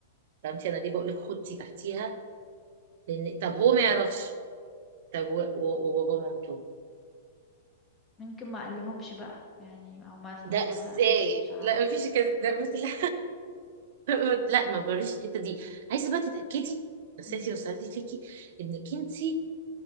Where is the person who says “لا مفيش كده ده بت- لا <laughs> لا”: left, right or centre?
Right